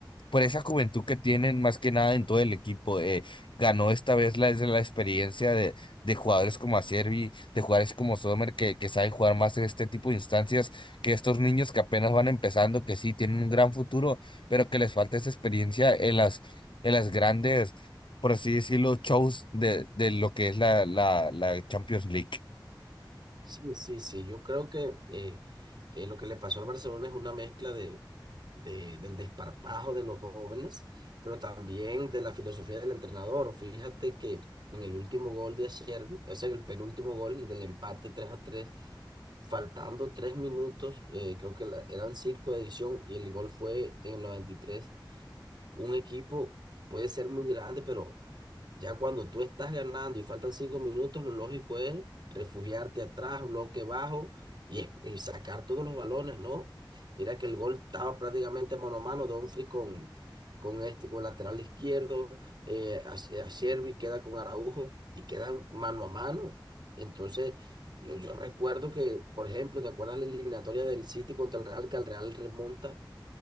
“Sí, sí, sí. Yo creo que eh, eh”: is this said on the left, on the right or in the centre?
Right